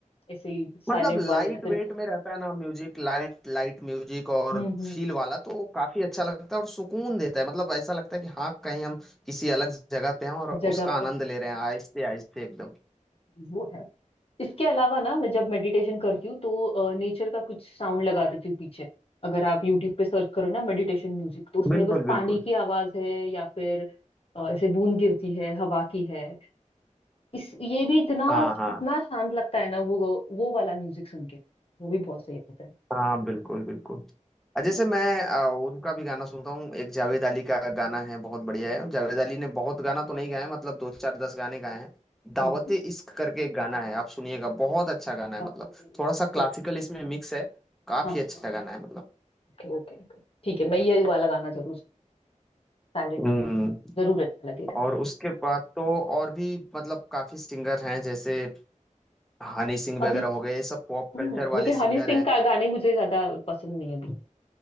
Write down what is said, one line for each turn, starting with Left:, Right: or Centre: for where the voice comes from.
Left: ऐसे ही साइलेंट
Centre: मतलब
Left: वाले
Centre: लाइट
Left: या फिर
Centre: वेट
Left: क्लास
Centre: में रहता है ना म्यूजिक लाइट लाइट म्यूजिक और
Left: हम्म हम्म
Centre: फील
Left: हम्म,
Centre: वाला तो काफी अच्छा लगता है और सुकून देता है मतलब ऐसा लगता है कि हाँ कहीं हम किसी अलग जगह पे हैं और
Left: जगह
Centre: उसका आनंद
Left: पे
Centre: ले रहे हैं आहिस्ते आहिस्ते एकदम
Left: वो है इसके अलावा ना मैं जब मेडिटेशन करती हूँ तो नेचर का कुछ साउंड लगा देती हूँ पीछे अगर आप यूट्यूब पे सर्च करो ना मेडिटेशन म्यूजिक तो उसमें
Centre: बिल्कुल
Left: बस पानी
Centre: बिल्कुल
Left: की आवाज है या फिर अ, ऐसे बूंद गिरती है हवा की है इस ये भी इतना
Centre: हाँ हाँ
Left: इतना शांत लगता है ना वो वो वाला म्यूजिक सुन के वो भी बहुत सही रहता है
Centre: हाँ बिल्कुल बिल्कुल
Left: हम्म
Centre: जैसे मैं अ, उनका भी गाना सुनता हूँ एक जावेद अली का गाना है बहुत बढ़िया है जावेद अली ने बहुत गाना तो नहीं गाया मतलब दो चार दस गाने गाए हैं दावते
Left: हम्म,
Centre: इश्क करके एक गाना है आप सुनिएगा बहुत अच्छा गाना है
Left: क्या
Centre: मतलब
Left: होते हैं?
Centre: थोड़ा सा क्लासिकल
Left: ओके
Centre: इसमें मिक्स है काफी
Left: हाँ हाँ
Centre: अच्छा
Left: हाँ
Centre: गाना है मतलब
Left: ओके ओके ओके ठीक है मैं ये वाला गाना जरूर साइलेंट
Centre: हम्म
Left: है तो मुझे जरूर अच्छा लगेगा
Centre: और उसके बाद तो और भी मतलब काफी सिंगर हैं जैसे हनी सिंह
Left: अभी
Centre: वगैरह हो गए ये सब पॉप
Left: हम्म
Centre: कल्चर वाले
Left: लेकिन
Centre: सिंगर
Left: हनी सिंह
Centre: हैं
Left: का गाने मुझे ज्यादा पसंद नहीं है अभी